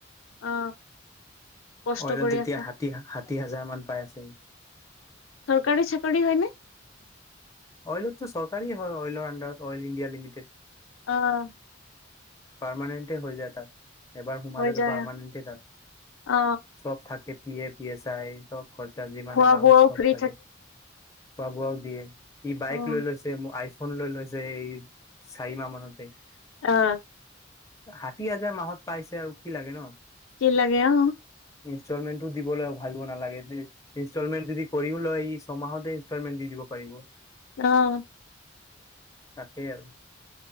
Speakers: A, on the left; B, on the left.
A: অ কষ্ট
B: অইলত
A: কৰি
B: এতিয়া
A: আছা
B: ষাঠি ষাঠি হাজাৰ মান পাই আছে সি
A: চৰকাৰী চাকৰি হয় নে
B: অইলতো চৰকাৰী হয় অইলৰ আণ্ডাৰত অইল ইণ্ডিয়া লিমিটেড
A: অ
B: পাৰমানেণ্টে হৈ যায় তাত এবাৰ সোমালে
A: হৈ
B: তো
A: যায়
B: পাৰমানেণ্টেই
A: অ
B: তাক
A: অ',
B: চব থাকে P A P S I চব খৰচা যিমান
A: খোৱা
B: এলাউঞ্চ
A: বোৱাও
B: চব
A: ফ্ৰী
B: থাকে খোৱা বোৱাও দিয়ে ই বাইক
A: উম,
B: লৈ লৈছে মোক আইফোন লৈ লৈছে এই চাৰিমাহ মানতে
A: অ
B: ষাঠি হাজাৰ মাহত পাইছে আৰু কি লাগে ন
A: কি লাগে অ
B: ইনষ্টলমেণ্টটো দিবলৈ ভাবিব নালাগে ইনষ্টলমেণ্ট যদি কৰিও লয় ই ছয়মাহতে ইনষ্টলমেন্ট দি দিব পাৰিব।
A: অহ।
B: তাকেই আৰু,